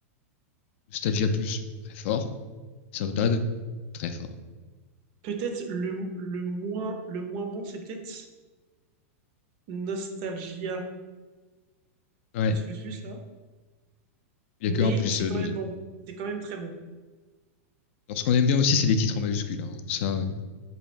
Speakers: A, on the left; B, on the right.
A: Nostalgia Plus, très fort. Saudade, très fort.
B: Peut-être le, le moins, le moins bon, c'est peut-être Nostalgia
A: Ouais,
B: plus plus plus, là.
A: il y
B: Mais
A: a que un plus
B: c'est
A: euh,
B: quand
A: dose.
B: même bon, c'est quand même très bon.
A: Alors ce qu'on aime bien aussi, c'est les titres en majuscule. hein. Ça, euh,